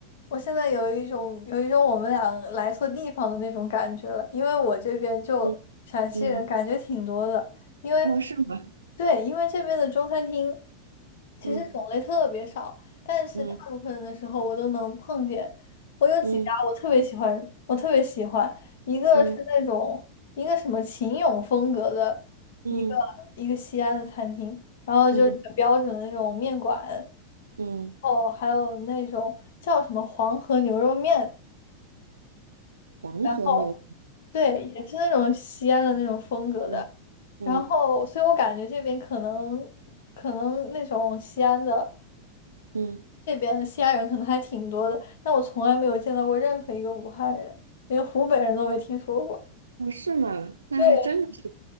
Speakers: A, on the left (about 55°); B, on the right (about 75°).
A: 我现在有一种有一种我们俩来错地方的那种感觉了，因为我这边就陕西人感觉挺多的，
B: 嗯嗯，
A: 因为
B: 哦，是吗？
A: 对，因为这边的中餐厅其实种类特别少，
B: 嗯
A: 但是大部分的时候我都能碰见。
B: 嗯
A: 我有几家我特别喜欢，
B: 嗯
A: 我特别喜欢，一个是那种一个什么秦俑风格的一个一个西安的餐厅，
B: 嗯嗯
A: 然后就是很标准的那种面馆。
B: 嗯嗯，
A: 哦，还有那种叫什么黄河牛肉面，
B: 黄河牛，
A: 然后对，也是那种西安的那种风格的。
B: 嗯嗯
A: 然后，所以我感觉这边可能可能那种西安的
B: 嗯。
A: 这边西安人可能还挺多的，但我从来没有见到过任何一个武汉人，连湖北人都没听说过。
B: 哦，是吗？那还真的是，
A: 对，